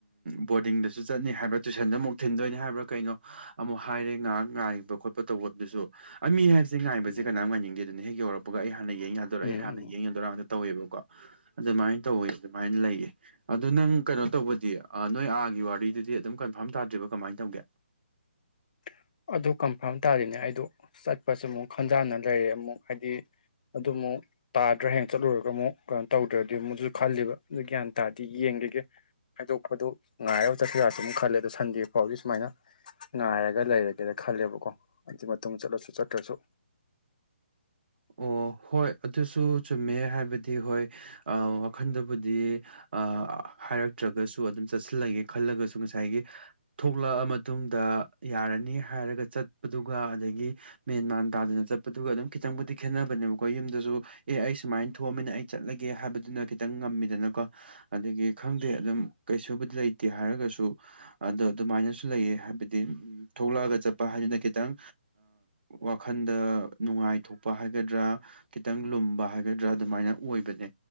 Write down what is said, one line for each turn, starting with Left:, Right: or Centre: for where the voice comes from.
Right: ꯕꯣꯔꯗꯤꯡꯗꯁꯨ ꯆꯠꯅꯤ ꯍꯥꯏꯕ꯭ꯔꯥ ꯇꯨꯏꯁꯟꯗ ꯑꯃꯨꯛ ꯊꯤꯟꯗꯣꯏꯅꯤ ꯍꯥꯏꯕ꯭ꯔꯥ ꯀꯩꯅꯣ ꯑꯃꯨꯛ ꯍꯥꯏꯔꯦ ꯉꯥꯏꯍꯥꯛ ꯉꯥꯏꯕ ꯈꯣꯠꯄ ꯇꯧꯕꯗꯨꯁꯨ ꯑ ꯃꯤ ꯍꯥꯏ ꯁꯤ ꯉꯥꯏꯕꯁꯤ
Left: ꯎꯝ
Right: ꯀꯅꯥꯝ ꯉꯥꯏꯅꯤꯡꯗꯦꯗꯅ ꯍꯦꯛ ꯌꯧꯔꯛꯄ ꯑꯩ ꯍꯥꯟꯅ ꯌꯦꯡ ꯌꯥꯗꯣꯔ
Left: ꯎꯝ
Right: ꯑꯩ ꯍꯥꯟꯅ ꯌꯦꯡ ꯌꯗꯣꯔ ꯇꯧꯋꯦꯕꯀꯣ ꯑꯗꯨꯃꯥꯏꯅ ꯇꯧꯋꯤ ꯑꯗꯨꯃꯥꯏꯅ ꯂꯩꯌꯦ ꯑꯗꯨ ꯅꯪ ꯀꯩꯅꯣ ꯇꯧꯕꯗꯤ ꯅꯣꯏ ꯑꯥꯒꯤ ꯋꯥꯔꯤꯗꯨꯗꯤ ꯑꯗꯨꯝ ꯀꯟꯐꯥꯔꯝ ꯇꯥꯗ꯭ꯔꯤꯕ ꯀꯃꯥꯏ ꯇꯧꯒꯦ
Left: <inaudible> ꯑꯗꯨ ꯀꯟꯐꯥꯔꯝ ꯇꯥꯔꯤꯅꯦ ꯍꯥꯏꯗꯨ ꯆꯠꯄꯁꯤ ꯑꯃꯨꯛ ꯈꯟꯖꯥꯟꯅ ꯂꯩꯔꯦ ꯑꯃꯨꯛ ꯍꯥꯏꯗꯤ ꯑꯗꯨ ꯑꯃꯨꯛ ꯇꯥꯗ꯭ꯔ ꯍꯌꯦꯡ ꯆꯠꯂꯨꯔꯒ ꯑꯃꯨꯛ ꯀꯩꯅꯣ ꯇꯧꯗ꯭ꯔꯗꯤ ꯑꯃꯨꯛꯁꯨ ꯈꯜꯂꯤꯕ ꯑꯗꯨ ꯒ꯭ꯌꯥꯟ ꯇꯥꯗꯦ ꯌꯦꯡ ꯌꯦꯡꯒꯤꯒꯦ <unintelligible> ꯍꯥꯏꯗꯣꯛꯄꯗꯨ ꯉꯥꯏꯔꯒ ꯆꯠꯄ ꯌꯥꯁꯨ ꯑꯗꯨ ꯈꯜꯂꯦ ꯑꯗꯣ ꯁꯟꯗꯦ ꯐꯥꯎꯗꯤ ꯁꯨꯃꯥꯏꯅ ꯉꯥꯏꯔꯒ ꯂꯩꯔꯒꯦ ꯀꯩꯗ ꯈꯜꯂꯦꯕꯀꯣ ꯑꯗꯨꯏ ꯃꯇꯨꯡ ꯆꯠꯂꯁꯨ ꯆꯠꯇ꯭ꯔꯁꯨ
Right: ꯑꯣ ꯍꯣꯏ ꯑꯗꯨꯁꯨ ꯆꯨꯝꯃꯦ ꯍꯥꯏꯕꯗꯤ ꯍꯣꯏ ꯋꯥꯈꯟꯗꯕꯨꯗꯤ ꯑꯩ ꯍꯥꯏꯔꯛꯇ꯭ꯔꯒꯁꯨ ꯑꯗꯨꯝ ꯆꯠꯁꯤꯜꯂꯒꯦ ꯈꯜꯂꯒꯁꯨ ꯉꯁꯥꯏꯒꯤ ꯊꯣꯛꯂꯛꯑ ꯃꯇꯨꯡꯗ ꯑꯩ ꯌꯥꯔꯅꯤ ꯍꯥꯏꯔꯒ ꯆꯠꯄꯗꯨꯒ ꯃꯦꯟꯃꯥꯟ ꯇꯥꯗꯅ ꯆꯠꯄꯗꯨꯒ ꯑꯗꯨꯝ ꯈꯤꯇꯪꯕꯨꯗꯤ ꯈꯦꯠꯅꯕꯅꯦꯕꯀꯣ ꯌꯨꯝꯗꯁꯨ ꯑꯦ ꯑꯩ ꯁꯨꯃꯥꯏꯟ ꯊꯣꯑꯝꯃꯤꯅ ꯑꯩ ꯆꯠꯂꯒꯦ ꯍꯥꯏꯕꯗꯨꯅ ꯈꯤꯇꯪ ꯉꯝꯃꯤꯗꯅꯕ ꯀꯑꯣ ꯑꯗꯒꯤ ꯈꯪꯗꯦ ꯑꯗꯨꯝ ꯀꯩꯁꯨꯕꯨꯗꯤ ꯂꯩꯇꯦ ꯍꯥꯏꯔꯒꯁꯨ ꯑꯗꯣ ꯑꯗꯨꯃꯥꯏꯅꯁꯨ ꯂꯩꯌꯦ ꯍꯥꯏꯕꯗꯤ ꯊꯣꯛꯂꯛꯑꯒ ꯆꯠꯄ ꯍꯥꯏꯗꯨꯅ ꯈꯤꯇꯪ ꯋꯥꯈꯜꯗ ꯅꯨꯡꯉꯥꯏꯊꯣꯛ ꯄ ꯍꯥꯏꯒꯗ꯭ꯔꯥ ꯈꯤꯇꯪ ꯂꯨꯝꯕ ꯍꯥꯏꯒꯗ꯭ꯔꯥ ꯑꯗꯨꯃꯥꯏꯅ ꯑꯣꯏꯕꯅꯦ